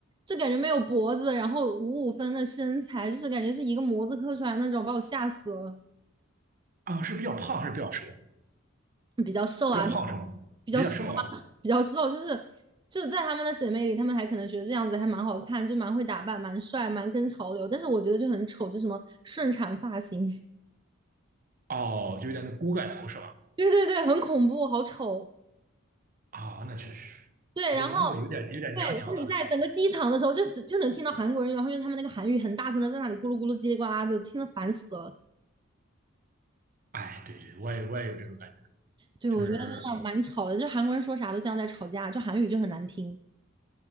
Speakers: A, on the right; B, on the right.
A: 就感觉没有脖子，然后五五分的身材，就是感觉是一个模子刻出来那种，把我吓死了。
B: 啊，是比较胖，还是比较瘦，
A: 比较瘦啊，
B: 比较胖是吗？
A: 比较瘦啊，
B: 比较瘦啊？
A: 比较瘦，就是就是在他们的审美里，他们还可能觉得这样子还蛮好看，就蛮会打扮，蛮帅，蛮跟潮流。但是我觉得就很丑，就什么顺产发型，
B: 哦，就有点那锅盖头是吧？
A: <laughs> 对对对，很恐怖，好丑。
B: 啊，那确实，
A: 对，
B: 我感觉那个有点有点娘娘的，
A: 然后对，然后你在整个机场的时候，就是就能听到韩国人，然后用他们那个韩语很大声的在那里咕噜咕噜叽里呱啦的，听得烦死了。
B: 哎，对对，我也我也有这种感觉，
A: 对，我觉得真的蛮吵的，
B: 就是，
A: 就韩国人说啥都像在吵架，就韩语就很难听，